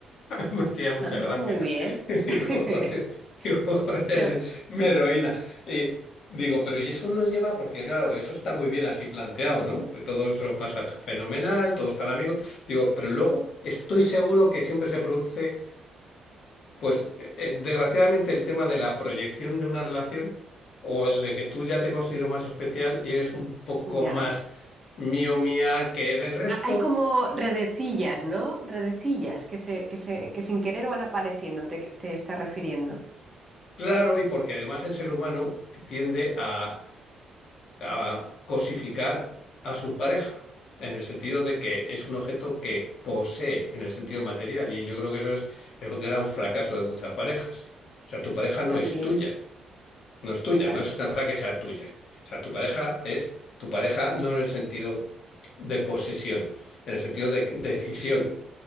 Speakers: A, on the left (about 65°); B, on the right (about 20°).
A: <laughs> Me hacía mucha
B: Ah,
A: gracia.
B: muy bien.
A: <laughs> Digo,
B: <laughs>
A: "Oye", digo, "Joder,
B: Se,
A: mi heroína. Y digo, pero ¿y eso no lleva? Porque claro, eso está muy bien así planteado, ¿no? Todo eso pasa fenomenal, todos están amigos. Digo, pero luego estoy seguro que siempre se produce pues eh, eh, desgraciadamente el tema de la proyección de una relación o el de que tú ya te considero más especial y eres un poco
B: Ya.
A: más mío mía que del resto,
B: Ha- Hay como redecillas, ¿no? Redecillas que se, que se, que sin querer van apareciendo, te, te estás refiriendo.
A: claro, y porque además el ser humano tiende a, a cosificar a su pareja, en el sentido de que es un objeto que posee en el sentido material, y yo creo que eso es el gran fracaso de muchas parejas. O sea, tu pareja no
B: También,
A: es tuya. No es tuya,
B: ya.
A: no es una cosa que sea tuya. O sea, tu pareja es tu pareja no en el sentido de posesión, en el sentido de decisión